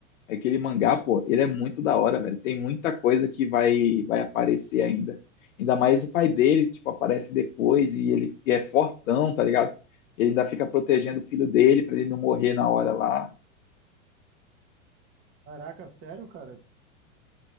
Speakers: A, on the left; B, on the right.
A: Aquele mangá, pô, ele é muito da hora, velho. Tem muita coisa que vai, vai aparecer ainda. Ainda mais o pai dele, tipo, aparece depois e ele e é fortão, tá ligado? Ele ainda fica protegendo o filho dele pra ele não morrer na hora lá.
B: Caraca, sério, cara.